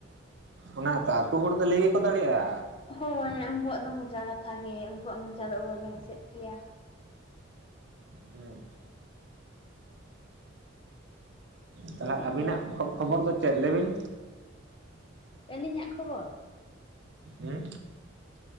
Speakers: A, on the right; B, on the left.
A: ᱚᱱᱟ ᱛᱚ ᱟᱹᱛᱩ ᱦᱚᱲ ᱫᱚ ᱞᱟᱹᱭ ᱜᱮᱠᱚ ᱫᱟᱲᱮᱭᱟᱜᱼᱟ
B: ᱦᱳᱭ ᱩᱱᱠᱩᱣᱟᱜ ᱫᱚ ᱢᱚᱪᱟ ᱠᱟᱛᱷᱟ ᱜᱮ ᱩᱱᱠᱩᱣᱟᱜ ᱢᱚᱪᱟ ᱫᱚ ᱚᱦᱚᱵᱮᱱ ᱮᱥᱮᱫ ᱠᱮᱭᱟ
A: ᱦᱮᱸ ᱛᱟᱦᱞᱮ
B: ᱪᱤᱠᱟᱹᱭᱟᱵᱮᱱ
A: ᱟᱹᱵᱤᱱᱟᱜ ᱠᱷᱚᱵᱚᱨ ᱫᱚ ᱪᱮᱫ ᱞᱟᱹᱭᱵᱤᱱ
B: ᱟᱹᱞᱤᱧᱟᱜ ᱠᱷᱚᱵᱚᱨ
A: ᱦᱮᱸ